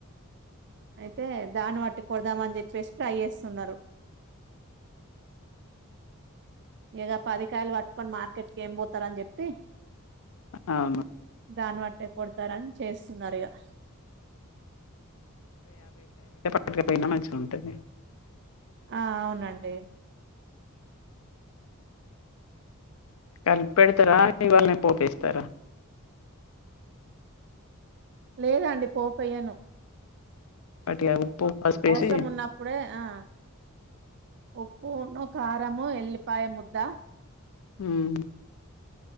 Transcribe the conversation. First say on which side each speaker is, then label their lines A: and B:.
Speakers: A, on the right; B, on the left.
A: అయితే, దాన్ని వట్టి కోడదామని చెప్పేసి ట్రై చేస్తున్నారు. ఇగా, పది కాయలు వట్టుకొని మార్ క్కట్కి ఎం పోతారుని చెప్పి,
B: అవును
A: దాన్ని బట్టే కొ తారని చేస్తున్నారు. ఇగా
B: పొకపోయినా, మంచిగా ఉంటుంది.
A: ఆ అవునండి.
B: కలిపి పెడతారా, ఇవాళ్ళనే పోపేస్తారా?
A: లేదాండి పోపు ఎయ్యాను.
B: పటివ ఉప్పు పసుపేసి
A: అవసరం ఉన్నప్పుడే, ఆ ఉప్పున్ను కా రము ఎల్లిపాయ ముద్ద.
B: ఉమ్